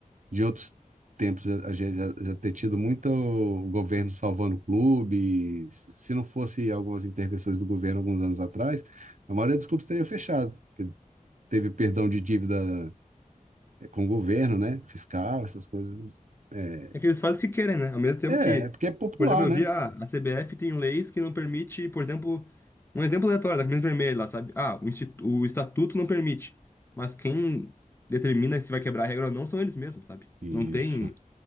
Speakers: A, on the right; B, on the left.
A: de outros tempos a gente já, já ter tido muito governo salvando clubes. Se não fosse algumas intervenções do governo alguns anos atrás, a maioria dos clubes teria fechado. porque Teve perdão de dívida eh, com o governo, né? Fiscal, essas coisas. É,
B: É que eles fazem o que querem, né? Ao mesmo tempo
A: é,
B: que,
A: é porque é popular,
B: por exemplo, eu
A: né?
B: vi, ah, a CBF tem leis que não permite, por exemplo, um exemplo aleatório da camisa vermelha lá, sabe? Ah, o, institu- o estatuto não permite. Mas quem determina se vai quebrar a regra ou não são eles mesmos, sabe?
A: Isso,
B: Não tem,